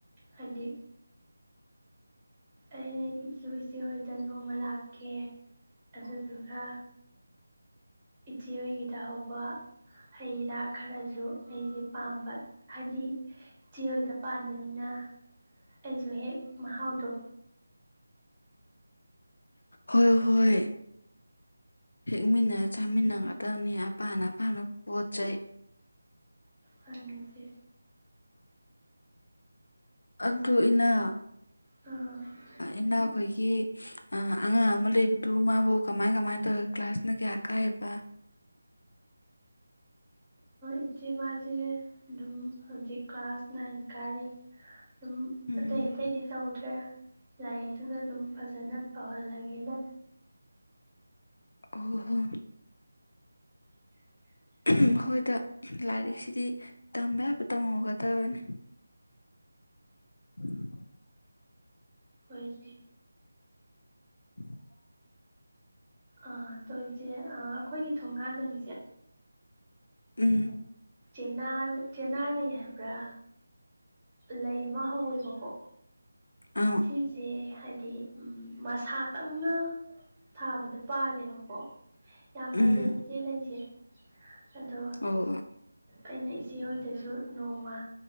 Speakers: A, on the right; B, on the left.
A: ꯍꯥꯏꯗꯤ ꯑꯩꯁꯨ ꯏꯆꯦ ꯍꯣꯏꯗ ꯅꯣꯡꯃ ꯂꯥꯛꯀꯦ ꯑꯗꯨꯗꯨꯒ ꯏꯆꯦ ꯍꯣꯏꯒꯤꯗ ꯍꯧꯕ ꯍꯩ ꯔꯥ ꯈꯔꯁꯨ ꯑꯩꯁꯦ ꯄꯥꯝꯕ ꯍꯥꯏꯗꯤ ꯆꯦꯍꯣꯏꯗ ꯄꯥꯟꯕꯅꯤꯅ ꯑꯩꯁꯨ ꯍꯦꯛ ꯃꯍꯥꯎꯗꯣ
B: ꯍꯣꯏ ꯍꯣꯏ ꯍꯦꯛꯃꯤꯟꯅꯔ ꯆꯥꯃꯤꯟꯅꯒꯗꯕꯅꯤ ꯑꯄꯥ ꯑꯄꯥꯅ ꯄꯣꯠ ꯆꯩ
A: ꯍꯪꯅꯤꯡꯁꯦ
B: ꯑꯗꯨ ꯏꯅꯥ
A: ꯑꯣ
B: ꯏꯅꯥꯎꯈꯣꯏꯒꯤ ꯑꯉꯥꯡ ꯑꯃ ꯂꯩꯕꯗꯨ ꯃꯥꯕꯨ ꯀꯃꯥꯏ ꯀꯃꯥꯏꯅ ꯇꯧꯋ ꯀ꯭ꯂꯥꯁꯅ ꯀꯌꯥ ꯀꯩꯍꯥꯏꯕ
A: ꯏꯆꯦ ꯃꯥꯁꯤ ꯑꯗꯨꯝ ꯍꯧꯖꯤꯛ ꯀ꯭ꯂꯥꯁ ꯅꯥꯏꯟ ꯀꯥꯔꯤ꯫ ꯑꯗꯨꯝ
B: ꯎꯝ
A: ꯑꯇꯩ ꯑꯇꯩꯗꯤ ꯇꯧꯗ꯭ꯔꯦ ꯂꯥꯏꯔꯤꯛꯁꯤ ꯑꯗꯨꯨꯗ ꯑꯗꯨꯝ ꯐꯖꯅ ꯇꯧꯍꯜꯂꯒꯦꯅ ꯑꯩꯅ
B: ꯑꯍꫭ ꯍꯣ
A: ꯎ <unintelligible> <inaudible>
B: ꯑꯍꯝ꯫ ꯃꯈꯣꯏꯗ ꯂꯥꯏꯔꯤꯛꯁꯤꯗꯤ ꯇꯝꯕ ꯌꯥꯕ ꯇꯝꯍꯧꯒꯗꯕꯅꯤ꯫ ꯎꯝ <unintelligible> <inaudible>
A: ꯍꯣꯏ ꯏꯆꯦ
B: <inaudible> <unintelligible>
A: ꯑꯥ ꯏꯆꯦ ꯑꯩꯈꯣꯏꯒꯤ ꯊꯣꯡꯒꯥꯟꯗꯅꯤꯁꯤ
B: ꯎꯝꯝ
A: ꯆꯦꯅꯥ ꯆꯦꯅꯥ ꯂꯩ ꯍꯥꯏꯕ꯭ꯔꯥ ꯂꯩ ꯑꯃ ꯍꯧꯋꯦꯕꯥꯀꯣ
B: ꯑ
A: ꯁꯤꯁꯦ ꯍꯥꯏꯕꯗꯤ ꯃꯁꯥꯇꯪꯅꯥ ꯊꯥꯕꯗ ꯑꯩꯅ ꯄꯥꯜꯂꯦꯕꯀꯣ ꯌꯥꯝ ꯐꯖꯩ
B: ꯎꯝ
A: ꯏꯆꯦ ꯂꯩꯁꯦ ꯑꯗꯣ
B: ꯑꯣ
A: ꯑꯩꯅ ꯏꯆꯦ ꯗ ꯏꯆꯦꯍꯣꯏꯗꯁꯨ ꯅꯣꯡꯃ